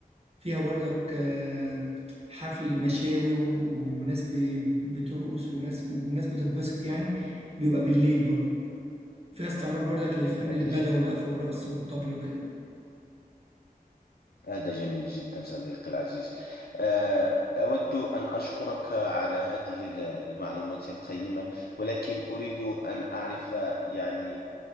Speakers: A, on the right; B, on the left.
A: فيها برضك آه، حفل مشاوي و- وناس بي- بترقص وناس وناس بتتبسط يعني بيبقى بالليل برضه وفيها استعراض برضك للفن
B: هذا
A: البدوي
B: ج...
A: بقى في الرقص والطبل وكده
B: هذا جميل جدا صديقي العزيز آه، أود أن أشكرك على هذه ال- المعلومات القيمة ولكن أريد أن أعرف يعني